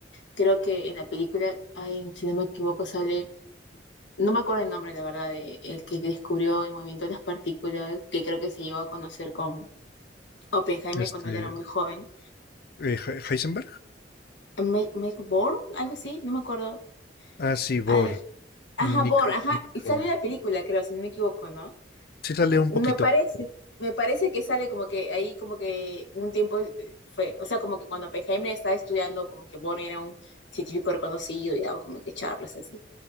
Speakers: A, on the left (about 80°); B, on the left (about 55°).
A: creo que en la película, ay, si no me equivoco, sale, no me acuerdo el nombre, la verdad, de- el que descubrió el movimiento de las partículas, que creo que se llegó a conocer con Oppenheimer
B: Este,
A: cuando él era muy joven.
B: eh, He- Heisenberg.
A: Mike, Mike Born, algo así, no me acuerdo.
B: Ah, sí, Bohr.
A: Al- ajá,
B: Nickel,
A: Born, ajá,
B: Nickel
A: y sale
B: por.
A: la película, creo, si no me equivoco, ¿no?
B: Sí sale un
A: Me
B: poquito.
A: parece,
B: me
A: me parece que sale como que ahí como que un tiempo eh, fue, o sea, como que cuando Oppenheimer estaba estudiando, como que Bonner era un científico reconocido y daba como que charlas así.